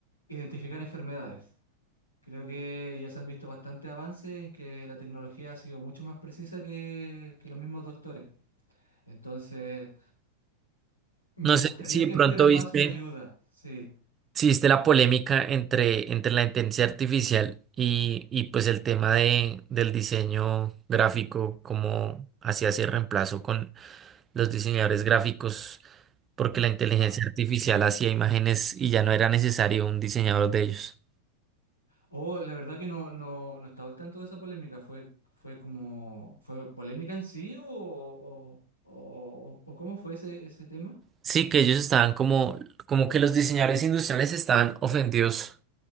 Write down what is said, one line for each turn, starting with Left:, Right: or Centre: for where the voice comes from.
Left: identificar enfermedades. Creo que ya se han visto bastantes avances en que la tecnología ha sido mucho más precisa que, que los mismos doctores. Entonces, me
Right: No sé
Left: gustaría
Right: si de
Left: que
Right: pronto
Left: fuera más
Right: viste.
Left: una ayuda, sí.
Right: existe la polémica entre, entre la inteligencia artificial y, y pues el tema de, del diseño gráfico, como hacía ese reemplazo con los diseñadores gráficos, porque la inteligencia
Left: Ah,
Right: artificial hacía imágenes y ya no era necesario un diseñador de ellos.
Left: oh, la verdad que no, no, no estaba al tanto de esa polémica. ¿Fue, fue como, fue polémica en sí o, o, o- o cómo fue ese, ese tema?
Right: Sí, que ellos estaban como, como que los diseñadores industriales estaban ofendidos